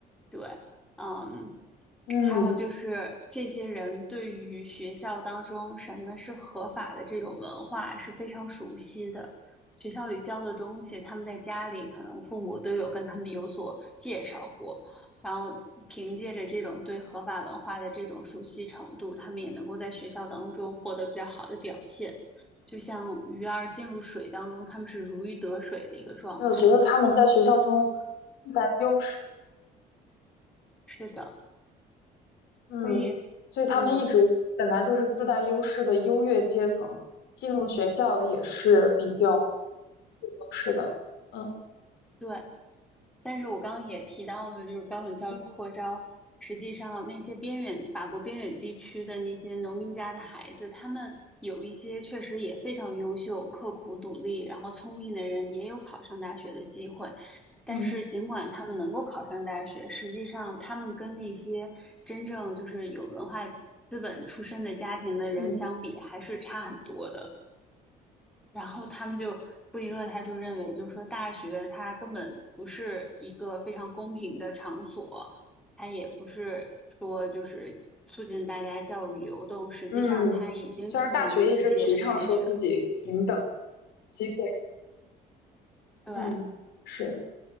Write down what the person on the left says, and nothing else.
嗯。
就我觉得他们在学校中自带优势，
嗯，
所以他们一直本来就是自带优势的优越阶层，
进入学校也是比较是的，嗯
嗯
嗯
嗯
嗯。虽然大学一直提倡说自己平等机会，
嗯，是，